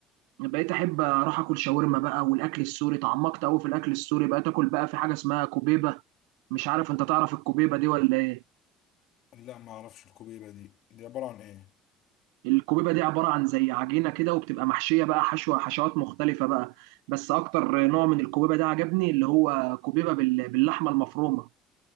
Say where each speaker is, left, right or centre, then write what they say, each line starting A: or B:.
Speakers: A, on the right (about 75°); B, on the left (about 60°).
A: بقيت احب اروح اكل شاورما بقى والاكل السوري تعمقت قوي في الاكل السوري بقيت اكل بقى في حاجه اسمها كوبيبه مش عارف انت تعرف الكوبيبه دي ولا ايه
B: لا ما اعرفش الكوبيبه دي دي عباره عن ايه
A: الكوبيبه دي عباره عن زي عجينه كده وبتبقى محشيه بقى حشوه حشوات مختلفه بقى بس اكتر نوع من الكوبيبه ده عجبني اللي هو كوبيبه بال- باللحمه المفرومه